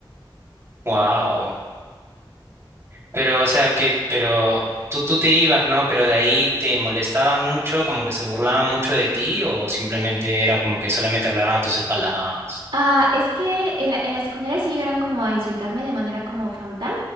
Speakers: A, on the right (about 30°); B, on the right (about 75°).
A: wow. Pero, o sea, que, pero tú, tú te ibas, ¿no? Pero de ahí te molestaban mucho, como que se burlaban mucho de ti o simplemente era como que solamente hablaban a tus espaldas nada más.
B: Ah, es que en la, en la secundaria sí llegaron como a insultarme de manera como frontal,